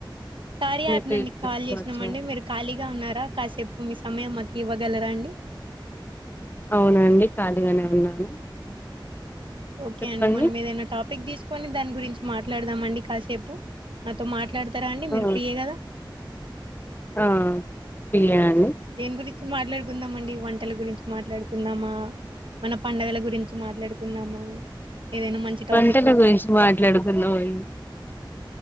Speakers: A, on the right; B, on the left.
A: కార్య యాప్
B: మీ పేరు
A: నుండి కాల్
B: తెలుసుకోవచ్చా
A: చేసినామండి మీరు ఖాళీగా ఉన్నారా కాసేపు మిస్ సమయం మాకివ్వగలరా అండి
B: అవునండి కాళీగానే ఉన్నాను
A: ఓకే
B: చెప్పండి
A: అండి మనం ఏదైనా టాపిక్ తీసుక్ కొని దాని గురించి మాట్లాడుదామండి కాసేపు నాతో మాట్లా డుతారా అండి
B: ఆ
A: మీరు ఫ్రీయే కదా
B: ఆ ఫ్రీయే అండి
A: దేన్ గురి మాట్లాడుకుందామాండి వంటల గురించి మాట్లాడుకుందామా, మన పండగల గురించి మాట్లాడుకుందామా ఏదైనా మంచి టాపిక్
B: వంటల గురించి మాట్లాడుకుందామే